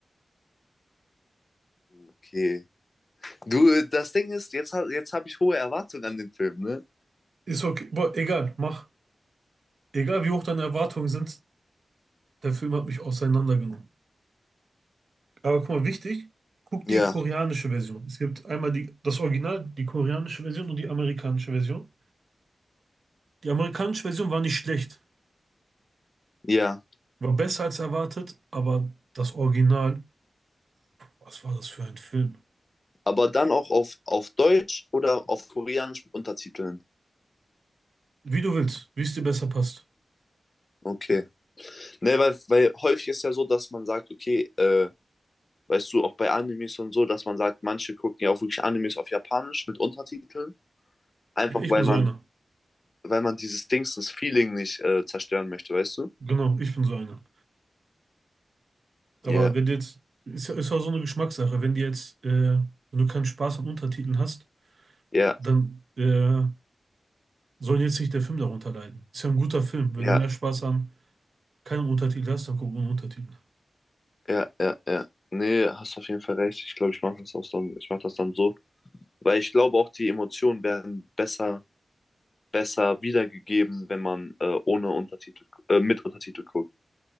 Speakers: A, on the left; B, on the right.
A: okay. Du, das Ding ist, jetzt, ha- jetzt habe ich hohe Erwartungen an den Film, ne?
B: Ist okay, boah, egal, mach. Egal wie hoch deine Erwartungen sind, der Film hat mich auseinandergenommen. Aber guck mal, wichtig, guck
A: Ja,
B: die koreanische Version. Es gibt einmal die, das Original, die koreanische Version und die amerikanische Version. Die amerikanische Version war nicht schlecht,
A: ja.
B: war besser als erwartet, aber das Original, was war das für ein Film?
A: Aber dann auch auf, auf Deutsch oder auf Koreanisch mit Untertiteln.
B: Wie du willst, wie es dir besser passt.
A: Okay. Ne, weil, weil häufig ist ja so, dass man sagt, okay, äh, weißt du, auch bei Animes und so, dass man sagt, manche gucken ja auch wirklich Animes auf Japanisch mit Untertiteln. Einfach
B: Ja, ich
A: weil
B: bin so
A: man
B: einer.
A: weil man dieses Dings, das Feeling nicht äh, zerstören möchte, weißt du?
B: Genau, ich bin so einer. Aber
A: Ja,
B: wenn du jetzt, ist, ja- ist auch so eine Geschmackssache, wenn du jetzt, äh, wenn du keinen Spaß an Untertiteln hast,
A: ja,
B: dann äh, soll jetzt nicht der Film darunter leiden. Ist ja ein guter Film. Wenn
A: ja,
B: du mehr Spaß an keinem Untertitel hast, dann guck ohne Untertitel.
A: ja, ja, ja. Nee, hast auf jeden Fall recht. Ich glaube, ich mache das auch dann, ich mache das dann so. Weil ich glaube auch, die Emotionen werden besser, besser wiedergegeben, wenn man äh, ohne Untertitel, äh, mit Untertitel guckt.